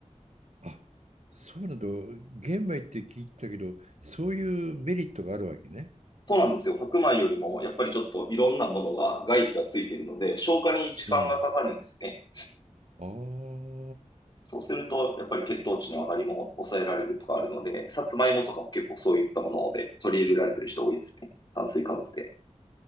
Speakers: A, on the right; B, on the left.
A: あ、そうなんだ。玄米って聞いてたけど、そういうメリットがあるわけね。
B: そうなんですよ。白米よりも、やっぱりちょっといろんなものが、外皮がついているので、消化に時間がかかるんですね。
A: うん。あ
B: そうすると、やっぱり血糖値の上がりも抑えられるとかあるので、さつまいもとかも結構そういったもので取り入れられてる人多いですね。炭水化物で。